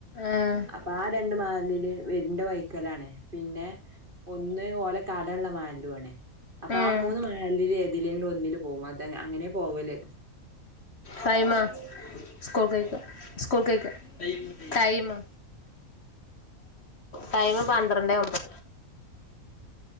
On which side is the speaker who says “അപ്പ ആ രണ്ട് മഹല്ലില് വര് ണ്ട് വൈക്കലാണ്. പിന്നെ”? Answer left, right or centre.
Right